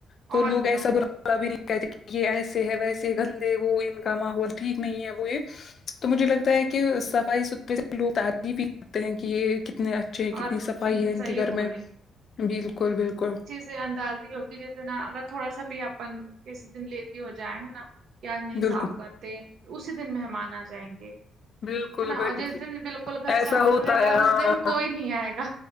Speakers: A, on the left; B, on the right.
A: تو
B: اور
A: لوگ
B: کیا
A: ایسا برا بھی نہیں کہتے کی یے ایسے ہے ویسے گندے وہ ان کا ماحول ٹھیک نہیں ہے وہ یے تو مجھے لگتا ہے کہ صفائی <unintelligible> جی کتنی
B: اور
A: صفائی ہے ان
B: صحیح
A: کے گھر
B: بول
A: میں بالکل بالکل
B: سے اندازی ہوگی جس دن اگر تھوڑا سا بھی اپن کسی دن لیزی ہو جائے ہے نا یار نہیں
A: بالکل
B: صاف کرتے تو اسی دن مہمان آ جائیں گے ہے
A: بالکل
B: نا
A: بالکل
B: اور جس دن بالکل گھر
A: ایسا
B: صاف
A: ہوتا
B: رہے گا
A: ہے ہاں
B: اس دن کوئی نہیں آئے گا